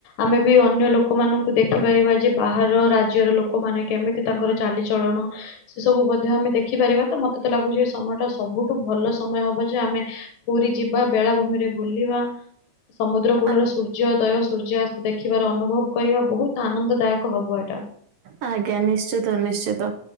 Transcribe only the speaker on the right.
ଆ,
ଆଜ୍ଞା ନିଶ୍ଚିତ ନିଶ୍ଚିତ।